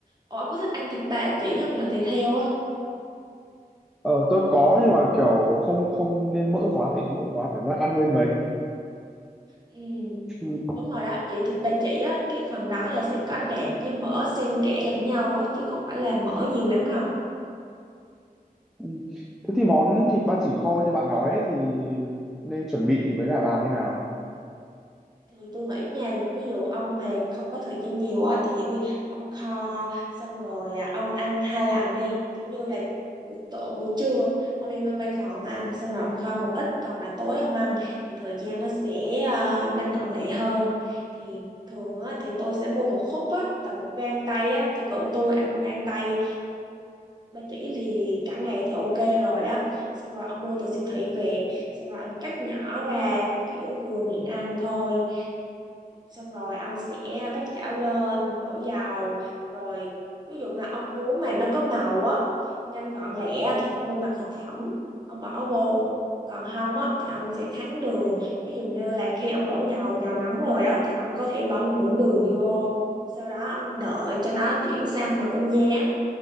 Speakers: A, on the right; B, in the centre.
A: Ủa, ông có thích ăn thịt ba chỉ không là thịt heo á?
B: Ờ, tôi có nhưng mà kiểu không không nên mỡ quá tại mỡ quá cảm giác ăn hơi
A: Ừ,
B: ngấy.
A: đúng rồi đó. Vậy thịt ba chỉ á, cái phần đó là sẽ có nạc với mỡ xen kẽ lẫn nhau á, chứ không phải là mỡ nhiều lắm đâu.
B: Ừ. Thế thì món thịt ba chỉ kho như bạn nói ấy, thì nên chuẩn bị với cả làm như nào?
A: Thì tôi nghĩ nha, ví dụ ông mà không có thời gian nhiều á, thì đi- ông kho xong rồi à, ông ăn hai lần đi. Kiểu như là buổi tổ buổi trưa ông đi lên văn phòng ông ăn xong rồi ông kho một ít còn là tối ông ăn thì thời gian nó sẽ à, nhanh gọn lẹ hơn thì thường á, thì tôi sẽ mua một khúc á tầm một gang tay á thì cỡ tôi ăn một gang tay ba chỉ thì cả ngày thì ok rồi á xong rồi ông mua từ siêu thị về xong rồi ông cắt nhỏ ra kiểu vừa miệng ăn thôi xong rồi ông sẽ bắt chảo lên đổ dầu rồi ví dụ là ông muốn mà nó có màu á nhanh gọn lẹ thì ông mua mặt thực phẩm ông bỏ vô còn không á thì ông sẽ thắng đường ví dụ như là khi ông đổ dầu dầu nóng rồi á thì ông có thể bỏ một muỗng đường vô sau đó ông đợi cho nó chuyển sang màu cánh gián